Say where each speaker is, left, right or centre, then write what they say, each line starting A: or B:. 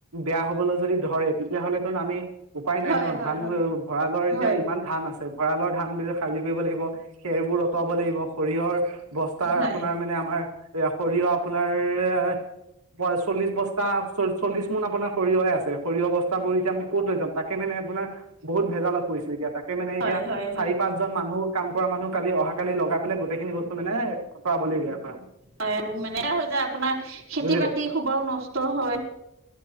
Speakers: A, on the right; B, on the right.
A: বেয়া হ'বলৈ যদি ধৰে তেতিয়া হলেটোন আমি উপায় নাই
B: হয়,
A: ন,
B: হয়,
A: ধান ভঁৰালৰ এতিয়া
B: হয়,
A: ইমান ধান আছে ভঁৰালৰ ধান বিলাক খালী কৰিব লাগিব। খেৰবোৰ অতৰাবো লাগিব, সৰিয়হৰ বস্তাৰ
B: হয়,
A: আপোনাৰ মানে আমাৰ এইয়া সৰিয়হ আপোনাৰ চল্লিশ বস্তা চল্লিছ মোন আপোনাৰ সৰিয়হহে আছে সৰিয়হ বস্তাবোৰ এতিয়া আমি ক'ত লৈ যাম, তাকে মানে আপোনাৰ বহুত ভেজালত পৰিছো এতিয়া তাকে মানে
B: হয়,
A: এতিয়া
B: হয়, হয়।
A: চাৰি পাঁচজন মানুহ কাম কৰা মানুহক কালি অহাকালি লগাই পেলাই গোটেইখিনি বস্তু মানে আঁতৰাব লাগিব ইয়াৰ পৰা,
B: হয় মানে হৈ যায় আপোনাৰ খেতি
A: বুজিলে
B: বাতি সোবাও নষ্ট হয়।